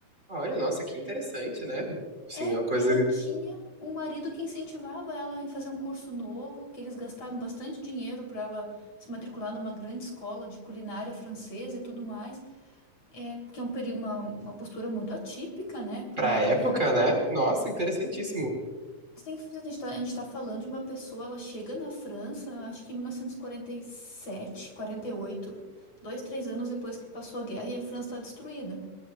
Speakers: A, on the right; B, on the left.
A: Olha, nossa, que interessante, né? Sim,
B: É,
A: é uma coisa
B: e ela tinha um marido que incentivava ela em fazer um curso novo, que eles gastaram bastante dinheiro para ela se matricular numa grande escola de culinária francesa e tudo mais. É, que é um, peri- uma, uma postura muito atípica, né, para
A: pra
B: o marido
A: época,
B: que... A
A: né? Nossa, interessantíssimo.
B: Você tem que a gente está a gente tá falando de uma pessoa, ela chega na França, acho que em 1947, 48, dois, três anos depois que passou a guerra e a França está destruída.